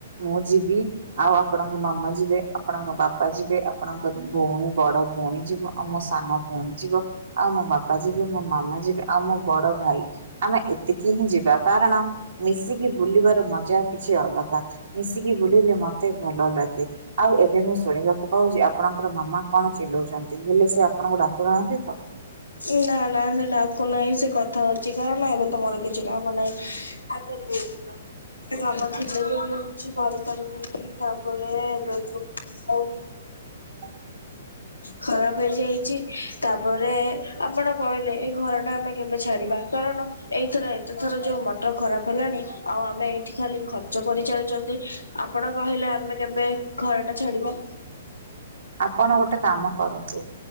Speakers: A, on the right; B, on the left.
A: ମୁଁ ଯିବି ଆଉ ଆପଣଙ୍କ ମାମା ଯିବେ ଆପଣଙ୍କ ବାପା ଯିବେ ଆପଣଙ୍କ ଭଉଣୀ ବଡ ଭଉଣୀ ଯିବ ଆଉ ମୋ ସାନ ଭଉଣୀ ଯିବ ଆଉ ମୋ ବାପା ଯିବେ ମୋ ମାମା ଯିବେ ଆଉ ମୋ ବଡ ଭାଇ ଆମେ ଏତିକି ହିଁ ଯିବା। କାରଣ ମିଶିକି ବୁଲିବାର ମଜା କିଛି ଅଲଗା। ମିଶିକି ବୁଲିଲେ ମତେ ଭଲ ଲାଗେ ଆଉ ଏବେ ମୁଁ ଶୁଣିବାକୁ ପାଉଛି ଆପଣଙ୍କର ମାମା କଣ ଚିଲଉଛନ୍ତି ହେଲେ ସେ ଆପଣଙ୍କୁ ଡାକୁ ନାହାନ୍ତି ତ।
B: ନା ନା ସେ ଡାକୁ ନାହିଁ ସେ କଥା ହଉଛି କାରଣ ଏବେ ତ ମୋର କିଛି କାମ ନାହିଁ। ଆଗରେ ଯାଇ ଦେଖ। କାମ ଥିଲେ ବି ମୁଁ କିଛି କରିପାରିବିନି ତାପରେ ଏବେ <unintelligible> ହଉ।
A: ହ।
B: ଖରାପ ହେଇଯାଇଛି ତାପରେ ଆପଣ କହିଲେ ଏଇ ଘର ଟା ଆମେ କେବେ ଛାଡିବା କାରଣ ଏଇଥର ଏତେଥର ଯୋଉ ମଟର ଖରାପ ହେଲାଣି ଆଉ ଆମେ ଏଇ ଏଠି ଖାଲି ଖର୍ଚ୍ଚ କରି ଚାଲିଛନ୍ତି ଆପଣ କହିଲେ ଆମେ କେବେ ଘର ଟା ଛାଡିବା।
A: ଆପଣ ଗୋଟେ କାମ କରନ୍ତୁ